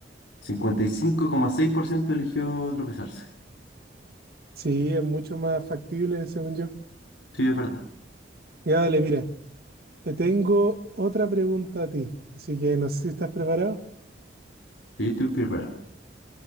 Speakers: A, on the left; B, on the right.
A: cincuenta y cinco coma seis por ciento eligió tropezarse.
B: Sí, es mucho más factible, según yo.
A: Sí, es verdad.
B: Ya, dale, mira. Te tengo otra pregunta a ti. Así que no sé si estás preparado.
A: Sí, estoy preparado.